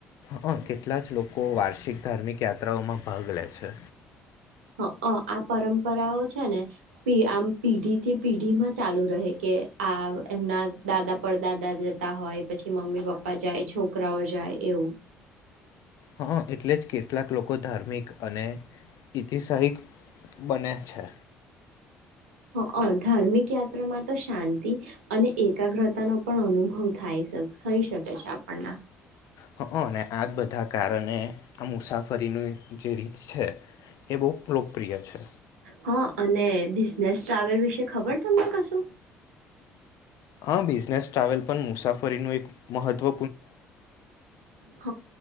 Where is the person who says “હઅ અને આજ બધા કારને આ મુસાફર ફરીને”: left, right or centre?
Left